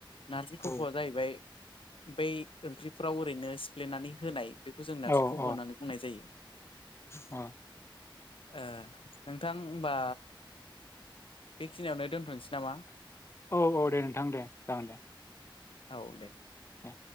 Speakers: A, on the left; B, on the left.
A: नारजि खफ'आ
B: औ
A: जाहैबाय बै ओंख्रिफ्राव ओरैनो सिफ्लेनानै होनाय बेखौ जों नार्जि
B: औ
A: खफ'
B: औ
A: होननानै बुंनाय जायो।
B: अ
A: ओ नोंथां होनबा बेखिनियावनो दोनथ'नोसै नामा?
B: औ-औ दे नोंथां दे जागोन दे
A: औ दे
B: दे